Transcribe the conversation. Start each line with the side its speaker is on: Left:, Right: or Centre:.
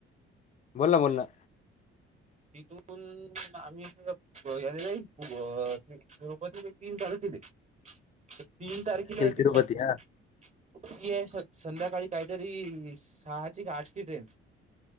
Left: बोल ना, बोल ना.
Right: तिथून आम्ही, याले जाईल तिरुपती ले तीन तारखेला.
Left: <inaudible>
Right: तीन तारखेला आहे.
Left: तिरुपती. हां,
Right: <unintelligible> ये संध्याकाळी काहीतरी सहाची का आठची ट्रेन?